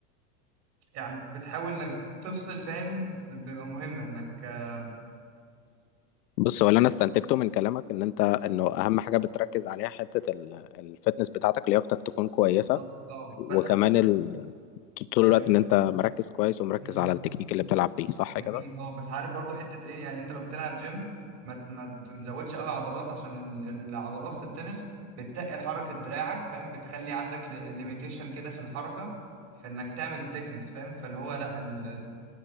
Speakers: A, on the right; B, on the left.
A: يعني بتحاول انك تفصل فاهم بيبقى مهمه انك آه،
B: بص هو اللي انا استنتجته من كلامك ان انت انه اهم حاجه بتركز عليها حته ال- الفتنس بتاعتك لياقتك تكون كويسه
A: بالظبط اه
B: وكمان
A: بس
B: ال... طول
A: اللي
B: الوقت
A: هو
B: ان انت مركز كويس ومركز
A: مم.
B: على التكنيك اللي بتلعب بيه صح
A: جميل
B: كده
A: اه بس عارف برضو حتة ايه يعني انت لو بتلعب جيم ما ما تزودش قوي عضلات عشان ال- العضلات في التنس بتقل حركة دراعك فاهم بتخلي عندك ليميتيشن كده في الحركة في انك تعمل التكنيكس فاهم فاللي هو لا ال... ال-